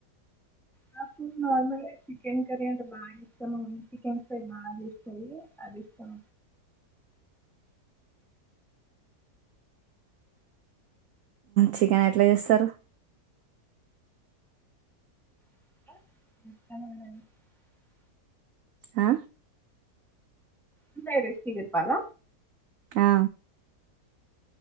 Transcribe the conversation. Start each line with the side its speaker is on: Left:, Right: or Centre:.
Centre: నాప్పుడు నార్మల్ చికెన్ కర్రీ అంటే బాగా ఇష్టం చికెన్ ఫ్రై బాగా ఇస్తంది అది ఇష్టం
Right: చికెన్ ఎట్లా చేస్తారు
Centre: <unintelligible>
Right: అ
Centre: ఇంత రిస్కియి చెప్పాల
Right: ఆ